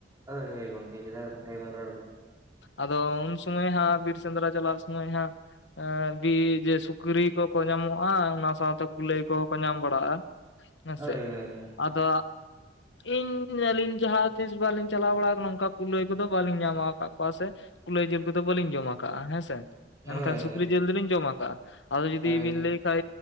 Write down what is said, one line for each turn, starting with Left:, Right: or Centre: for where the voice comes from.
Right: ᱦᱟᱹᱭ ᱦᱟᱹᱭ ᱜᱚᱝᱠᱮ ᱡᱚᱛᱷᱟᱛ ᱠᱟᱛᱷᱟ ᱜᱮᱵᱤᱱ ᱨᱚᱲ ᱟᱠᱟᱫᱟ᱾
Left: ᱟᱫᱚ ᱩᱱ ᱥᱩᱢᱚᱭ ᱦᱟᱸᱜ ᱵᱤᱨ ᱥᱮᱸᱫᱽᱨᱟ ᱪᱟᱞᱟᱭᱮᱱ ᱥᱩᱢᱚᱭ ᱦᱟᱸᱜ ᱮᱸ ᱵᱤ ᱡᱮ ᱥᱩᱠᱨᱤ ᱠᱚᱠᱚ ᱧᱟᱢᱚᱜᱼᱟ ᱚᱱᱟ ᱥᱟᱶᱛᱮ ᱠᱩᱞᱟᱹᱭ ᱠᱚᱦᱚᱸ ᱠᱚ ᱧᱟᱢ ᱵᱟᱲᱟᱜᱼᱟ᱾ ᱦᱮᱸᱥᱮ
Right: ᱦᱳᱭ ᱦᱳᱭ
Left: ᱟᱫᱚ ᱤᱧ ᱟᱹᱞᱤᱧ ᱡᱟᱦᱟᱸ ᱛᱤᱥ ᱵᱟᱞᱤᱧ ᱪᱟᱞᱟᱣ ᱵᱟᱲᱟᱮ ᱠᱟᱱᱟ ᱱᱚᱝᱠᱟ ᱠᱩᱞᱟᱹᱭ ᱠᱚᱫᱚ ᱵᱟᱞᱤᱧ ᱧᱟᱢ ᱟᱠᱟᱫ ᱠᱚᱣᱟ ᱥᱮ ᱠᱩᱞᱟᱹᱭ ᱡᱤᱞ ᱠᱚᱫᱚ ᱵᱟᱹᱞᱤᱧ ᱡᱚᱢ ᱟᱠᱟᱜᱼᱟ ᱦᱮᱸᱥᱮ᱾ ᱢᱮᱱᱠᱷᱟᱱ
Right: ᱦᱳᱭ ᱦᱳᱭ
Left: ᱥᱩᱠᱨᱤ ᱡᱤᱞ ᱫᱚᱞᱤᱧ ᱡᱚᱢ ᱟᱠᱟᱟᱜᱼᱟ, ᱟᱫᱚ ᱡᱩᱫᱤ
Right: ᱦᱳᱭ
Left: ᱵᱤᱱ ᱞᱟᱹᱭ ᱠᱷᱟᱱ